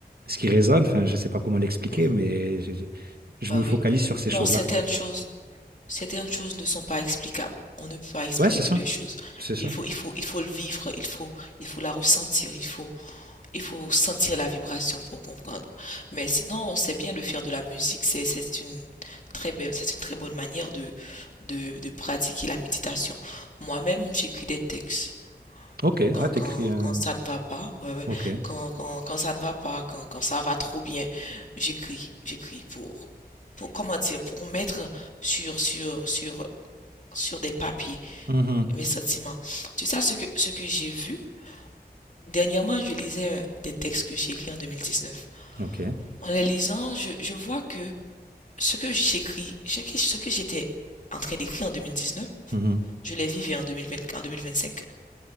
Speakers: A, on the right; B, on the left.
A: ce qui résonne. Enfin, je sais pas comment l'expliquer,
B: mhm,
A: mais je, je- je
B: bah
A: me
B: oui.
A: focalise sur ces
B: Non,
A: choses-là,
B: certaines
A: quoi.
B: choses. Certaines choses ne sont pas explicables. On ne peut pas expliquer
A: Ouais, c'est
B: toutes
A: ça.
B: les choses.
A: C'est ça.
B: Il faut, il faut, il faut le vivre, il faut, il faut la ressentir, il faut, il faut sentir la vibration pour comprendre. Mais sinon, on sait bien de faire de la musique. C'est, c'est une très belle, c'est une très bonne manière de, de, de pratiquer la méditation. Moi-même, j'écris des textes.
A: Ok.
B: Quand,
A: Ah, t'écris.
B: quand,
A: euh,
B: quand ça ne va pas, ouais, ouais.
A: Ok.
B: Quand, quand, quand ça ne va pas, quand, quand ça va trop bien, j'écris, j'écris pour, pour, comment dire, pour mettre sur, sur, sur sur des papiers
A: Mhm.
B: mes sentiments. Tu sais ce que, ce que j'ai vu? Dernièrement, je lisais euh, des textes que j'ai écrits en 2019.
A: Ok.
B: En les lisant, je, je vois que ce que j'écris, ce que, ce que j'étais en train d'écrire en 2019,
A: Mhm.
B: je les vivais en 2020, en 2025.